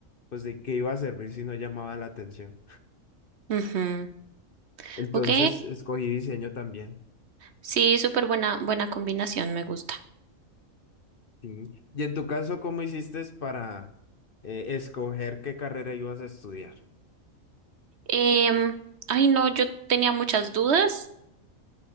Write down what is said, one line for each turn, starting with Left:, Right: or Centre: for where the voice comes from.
Left: pues de qué iba a servir si no llamaba la atención.
Right: Ujú.
Left: Entonces
Right: Ok,
Left: escogí diseño también.
Right: sí, súper buena, buena combinación, me gusta.
Left: Sí. Y en tu caso, ¿cómo hiciste para eh, escoger qué carrera ibas a estudiar?
Right: Em, ay, no, yo tenía muchas dudas